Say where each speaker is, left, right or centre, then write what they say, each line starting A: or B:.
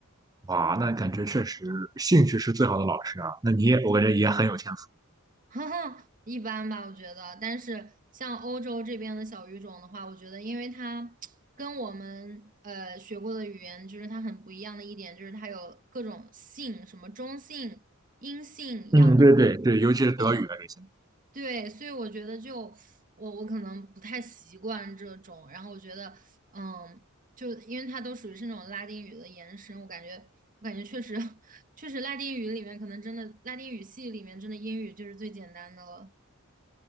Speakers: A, on the right (about 15°); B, on the right (about 40°).
A: 哇，那感觉确实兴趣是最好的老师啊。那你也，我感觉也很有天赋。
B: <laughs> 一般吧，我觉得。但是像欧洲这边的小语种的话，我觉得因为它跟我们呃学过的语言，就是它很不一样的一点，就是它有各种性，什么中性、阴性、
A: 嗯，
B: 阳性、
A: 对对对，尤其是德语啊这些。
B: 变对，所以我觉得就我我可能不太习惯这种，然后我觉得嗯，就因为它都属于是那种拉丁语的延伸，我感觉我感觉确实 <laughs> 确实拉丁语里面可能真的拉丁语系里面真的英语就是最简单的了。